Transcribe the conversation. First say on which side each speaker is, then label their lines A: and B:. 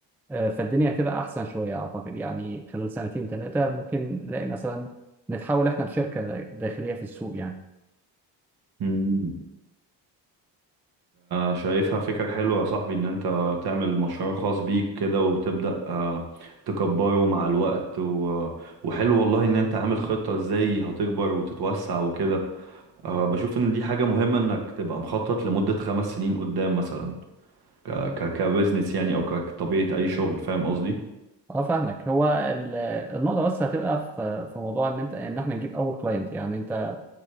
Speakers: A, in the centre; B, on the right.
A: فالدنيا هتبقى احسن شويه اعتقد يعني خلال سنتين ثلاثه ممكن نلاقي مثلا نتحول احنا لشركه داخليه في السوق يعني
B: مم. شايفها فكرة حلوة يا صاحبي ان انت تعمل مشروع خاص بيك كده وتبدأ آه، تكبره مع الوقت و... وحلو والله ان انت عامل خطة ازاي هتكبر وتتوسع وكده آه، بشوف ان دي حاجة مهمة انك تبقى مخطط لمدة خمس سنين قدام مثلا ك... ك... كبزنس يعني او ك- كطبيعة اي شغل فاهم قصدي؟
A: اه فاهمك هو ال- النقطة بس هتبقى في في موضوع ان انت ان احنا نجيب اول كلاينت يعني انت